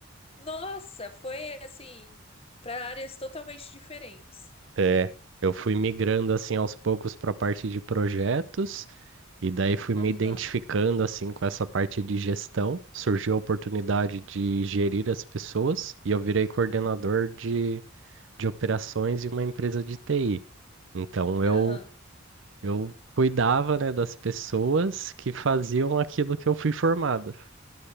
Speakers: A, on the left; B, on the right.
A: Nossa, foi assim para áreas totalmente diferentes.
B: É, eu fui migrando assim aos poucos para a parte de projetos. E daí fui me
A: Aham.
B: identificando assim com essa parte de gestão. Surgiu a oportunidade de gerir as pessoas e eu virei coordenador
A: Uhum.
B: de, de operações em uma empresa de TI. Então eu
A: Aham.
B: eu cuidava, né, das pessoas que faziam aquilo que eu fui formado.